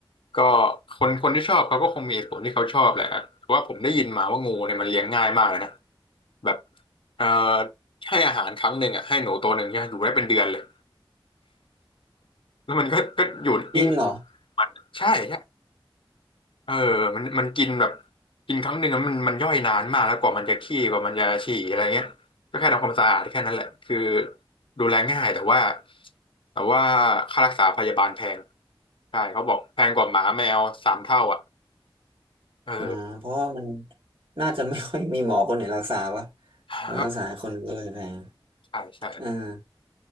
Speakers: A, on the left; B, on the right.
A: ก็คนคนที่ชอบเขาก็คงมีเหตุผลที่เขาชอบแหละเพราะว่าผมได้ยินมาว่างูเนี่ยมันเลี้ยงง่ายมากเลยนะแบบเอ่อให้อาหารครั้งหนึ่งอ่ะให้หนูตัวหนึ่งใช่ไหมอยู่ได้เป็นเดือนเลยแล้วมันก็ก็อยู่นิ่งๆมันใช่ใช่
B: จริงเหรอ
A: เออมันมันกินแบบกินครั้งหนึ่งอะมันมันย่อยนานมากแล้วกว่ามันจะขี้กว่ามันจะฉี่อะไรเงี้ย ก็แค่ทำความสะอาดแค่นั้นแหละคือดูแลง่ายแต่ว่าแต่ว่าค่ารักษาพยาบาลแพงใช่เขาบอกแพงกว่าหมาแมวสามเท่าอ่ะเออ
B: อ่าเพราะว่ามันน่าจะไม่ค่อยมีหมอคนไหนรักษาวะ
A: ก็
B: เพราะรักษาคนก็เลยแพง
A: ใช่ใช่
B: อ่า